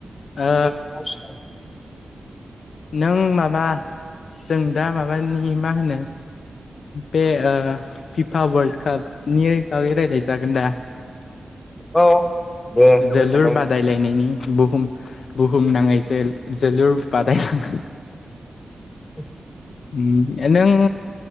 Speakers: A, on the left; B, on the left.
A: ओ
B: दोनथ'नांसिगोन।
A: नों माबा जों दा माबानि मा होनो बे फिफा वार्ल्ड कापनि बागै रायलाय जागोन दा?
B: औ। दे
A: जोलुर
B: दालाय
A: बादायलायनायनि। बुहुम बुहुम नाङै जो-जोलुर बादायला <unintelligible>
B: <inaudible>
A: उम नों